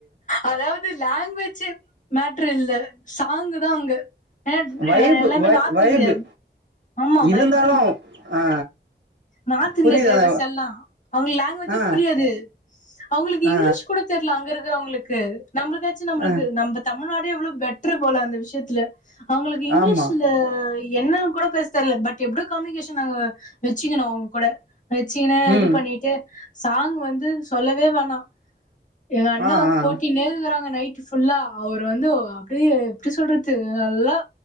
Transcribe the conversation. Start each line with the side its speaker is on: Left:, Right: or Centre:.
Left: அதாவுது லாங்வெச்சே மேட்ரு இல்ல சாங்கு தா அங்க ஏன்னா
Right: வைபு
Left: எல்லாமே
Right: வ
Left: நார்த்
Right: வைபு
Left: இந்தியன் ஆமா
Right: இருந்தாலு
Left: வைப்
Right: ஆ
Left: நார்த் இந்தியா
Right: புரியுது
Left: டிரைவர்ஸ்
Right: அ
Left: எல்லா அவுங்க லாங்வேஜு
Right: ஆ
Left: புரியாது அவுங்களுக்கு
Right: ஆ ஆ
Left: இங்லிஷ் கூட தெர்ல அங்கரு க்குறவுங்களுக்கு நம்பளுக்காச்சு நம்மளுக்கு
Right: ஆ
Left: நம்ப தமிழ்நாடு எவ்ளோ பெட்ரு போல அந்த விஷ்யத்துல ஆ அவுங்களுக்கு இங்லிஷு
Right: ஆமா
Left: ல என்னா கூட பேச தெர்ல பட் எப்டியோ கம்யூனிகேஷன் நாங்க வச்சுக்கினோ அவுங்கூட வச்சிகினே
Right: ம்
Left: இது பண்ணிட்டு சாங் வந்து சொல்லவே வேணா எங்க அண்ண
Right: ஆ
Left: வந்து
Right: ஆ
Left: போட்டின்னே இருகுறாங்க நை ட்டு ஃபுல்லா அவர் வந்து அப்டியே எப்டி சொல்றது நல்லா